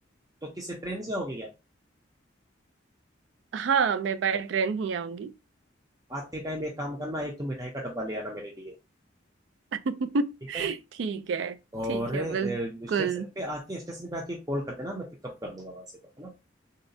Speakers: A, on the right (about 20°); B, on the right (about 70°).
A: तो किसी ट्रेन से होगी क्या
B: हाँ मैं बाय ट्रेन ही आऊंगी
A: आते टाइम एक काम करना एक तो मिठाई का डब्बा ले आना मेरे लिए
B: <laughs>
A: ठीक है
B: ठीक है
A: और
B: ठीक
A: अ,
B: है बिल्कुल
A: स्टेशन पे आके स्टेशन पे आके कॉल कर देना मैं पिकअप कर लूंगा वहां से तो है ना